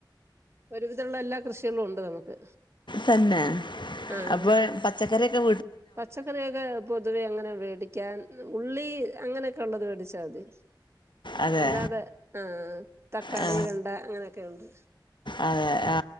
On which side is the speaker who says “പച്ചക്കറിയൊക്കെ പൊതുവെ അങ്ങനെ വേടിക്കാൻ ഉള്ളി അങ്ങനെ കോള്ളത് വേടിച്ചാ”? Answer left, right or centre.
Right